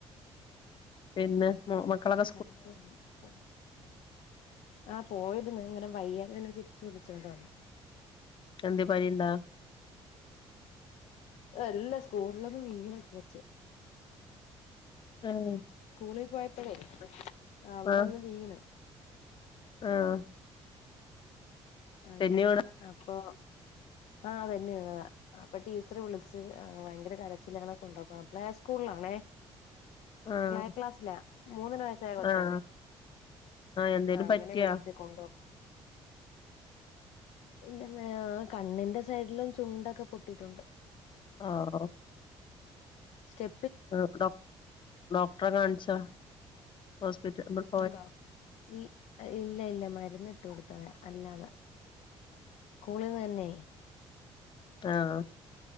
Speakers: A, on the left (about 45°); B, on the left (about 75°).
A: പിന്നെ. മൊ മക്കളെ <unintelligible>
B: കറണ്ട് വന്ന് ഫോൺ ആഹ് പോയിര്ന്നു ഇങ്ങനെ വയ്യാതെ പിന്നെ തിരിച്ചു വിളിച്ചോണ്ട് വന്ന്.
A: അന്ത്യെ പനിണ്ടാ?
B: അല്ല സ്കൂൾലൊന്ന് വീണ്ണ് കൊച്ച്.
A: ഉം
B: സ്കൂളീ പോയപ്പഴേ അവടൊന്ന്
A: ആഹ്
B: വീണ്.
A: ആഹ്
B: അങ്ങനെ
A: തെന്നി വീണാ
B: അപ്പൊ ആഹ് തെന്നി വിണതാ. അപ്പൊ ടീച്ചറ് വിളിച്ച് അഹ് വയങ്കര കരച്ചിലാണ് കൊണ്ടൊക്കാൻ. പ്ലേ സ്കൂൾളാണേ.
A: ആഹ്
B: പ്ലേ ക്ലാസ്സ്ല മൂന്ന് വയസ്സായ കൊച്ചാണേ.
A: ആഹ് എന്തേലും
B: ആഹ് അങ്ങനെ
A: പറ്റിയോ
B: വിളിച്ച് കൊണ്ടൊ ഇല്ല മ്മേ കണ്ണിന്റെ സൈഡ്ലും ചുണ്ടൊക്കെ പൊട്ടിട്ടുണ്ട്.
A: ആഹ്
B: സ്റ്റെ
A: എവടെ ഡോക്ടറെ കാണിച്ചാ ഹോസ്പിറ്റ <unintelligible>
B: ഇണ്ടോ? ഇ ഇല്ല ഇല്ല മര്ന്ന്ട്ട് കൊടുത്തവ അല്ലാത. സ്കൂളീന്ന ന്നെ.
A: ആഹ്